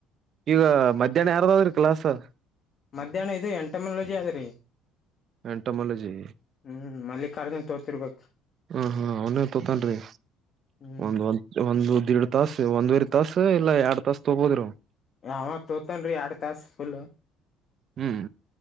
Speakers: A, on the right; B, on the left.
A: ಈಗ ಮಧ್ಯಾಹ್ನ ಯಾರದಾದ್ರಿ ಕ್ಲಾಸು.
B: ಮಧ್ಯಾಹ್ನ ಇದು ಎಂಟಮಾಲೋಜಿ ಅದರೀ.
A: ಎಂಟಮಾಲಜಿ.
B: ಹ್ಮ್ ಮಲ್ಲಿಕಾರ್ಜುನ್ ತೋತಿರ್ಬೇಕ್.
A: ಹ ಹಾ ಅವನೇ ತೊತನ್ರಿ
B: ಹ್ಮ್
A: ಒಂದ್ ಒಂದ್. ಒಂದು ದೀಡ್ ತಾಸ್ ಒಂದುವರಿ ತಾಸು ಇಲ್ಲಾ ಎರಡ್ ತಾಸ್ ತಗೋಬೋದ್ರಿ ಅವನು.
B: ಅವ ತೋತನ್ರಿ ಯಾರಡು ತಾಸ್ ಫುಲ್ಲು.
A: ಹ್ಮ್